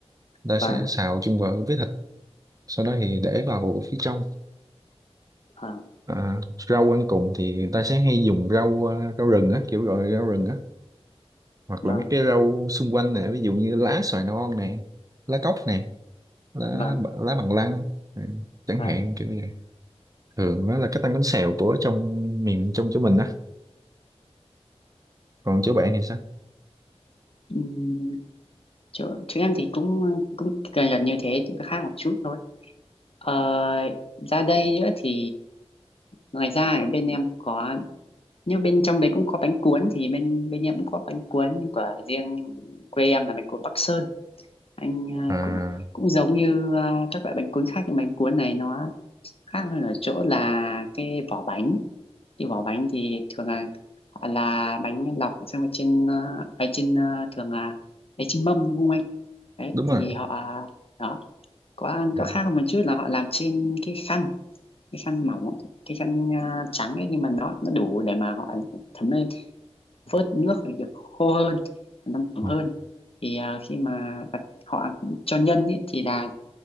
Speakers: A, on the right; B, on the left.
A: người
B: vâng
A: ta sẽ xào chung vào với thịt sau đó thì để vào phía trong
B: vâng
A: à, rau ăn cùng thì người ta sẽ hay dùng rau à, rau rừng á kiểu gọi rau rừng á hoặc
B: vâng
A: là mấy cái rau xung quanh nè ví dụ như lá xoài non nè lá cóc nè lá
B: vâng
A: lá bằng lăng nè, chẳng
B: vâng
A: hạn kiểu như vậy thường đó là cách tăng bánh xèo của trong miền trong chỗ mình á còn chỗ bạn thì sao
B: Ừm, chỗ, chỗ em thì cũng cũng gần gần như thế chỉ có khác một chút thôi ờ, ra đây nữa thì ngoài ra ở bên em có nhưng bên trong đấy cũng có bánh cuốn thì bên bên em cũng có bánh cuốn của riêng quê em là bánh cuốn Bắc Sơn anh ờ,
A: à
B: cũng cũng giống như ờ, các loại bánh cuốn khác nhưng bánh cuốn này nó khác hơn ở chỗ là cái vỏ bánh cái vỏ bánh thì thường là họ là bánh lọc xong rồi trên ờ, ở trên ờ, thường là ở trên mâm đúng không anh đấy
A: đúng
B: thì
A: rồi
B: họ đó có
A: Ừ.
B: có khác hơn một chút là họ làm trên cái khăn cái khăn mỏng cái khăn à, trắng ấy nhưng mà nó nó đủ để mà họ thấm lên vớt nước để được khô hơn nó mỏng
A: Ừ.
B: hơn thì à, khi mà đặt- họ cho nhân ấy, thì là